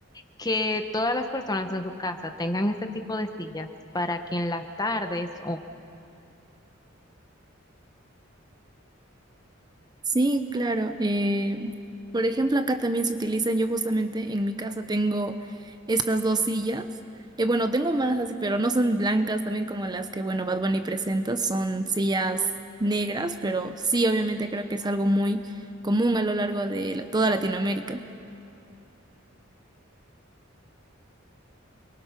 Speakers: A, on the left; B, on the right.
A: que todas las personas en su casa tengan este tipo de sillas para que en las tardes o
B: Sí, claro. eh, por ejemplo, acá también se utilizan, yo justamente en mi casa tengo estas dos sillas. Eh, bueno, tengo más así, pero no son blancas también como las que, bueno, Bad Bunny presenta, son sillas negras, pero sí, obviamente creo que es algo muy común a lo largo de la- toda Latinoamérica.